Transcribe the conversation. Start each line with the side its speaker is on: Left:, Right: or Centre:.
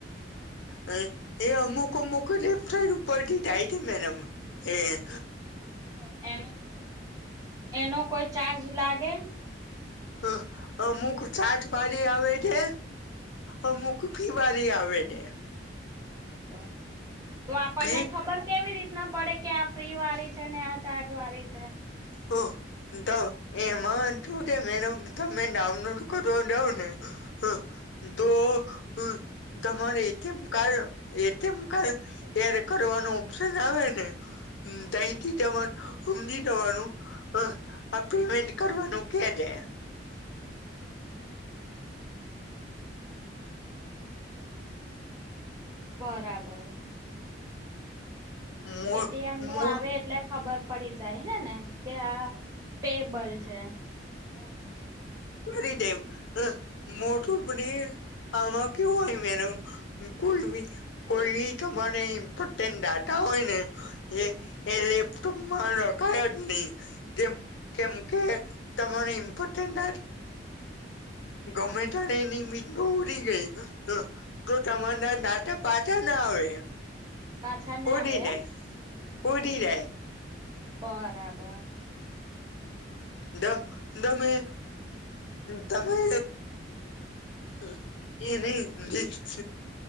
Left: હ એ અમુક અમુક જ વેબસાઇડ ઉપરથી થાય છે મેડમ હે
Right: હા તો એનો એનો કોઈ ચાર્જ લાગે
Left: હ અ અમુક ચાત પાડી આવે છે. અમુક ફીવારી આવે ને
Right: બરાબર તો આપણને
Left: ફી
Right: ખબર કેવી રીતે ના પડે કે આ ફ્રી વાળી છે ને આ ચાર્જ વાળી છે.
Left: હા તો એમાંશું છે મેડમ તમે ડાઉનલોડ કરવા જાઓ ને હ તો હ તમારે ATM card ATM card add કરવાનું ઓપ્શન આવે ને
Right: હા
Left: તો થી તમારે સમજી જવાનુ હ આ પેમેન્ટ કરવાનું કે જે
Right: બરાબર
Left: મો
Right: એટીએમ નું
Left: મો
Right: આવે એટલે ખબર પડી જાય હે ને કે આ પેબલ છે ઓકે
Left: કરી દેમ મોટું <unintelligible> આમાં કેવુ હોય મેડમ કોઈમી કોઈમી તમારે ઇમ્પોર્ટેન્ટ ડાટા હોય ને એ એ લેપટોપ માં રખાય જ નહી કેમ કેમ કે તમારે ઇમ્પોર્ટન્ટ ગમે ત્યારે એની મીટ ઉરી ગઈ જો તમાને નાટક પાછા ના આવે
Right: પાછા
Left: પ
Right: ના આવે
Left: દી દે
Right: એમ
Left: પડી દે
Right: બરાબર
Left: દ તમે તમે હા એ નહી નકપ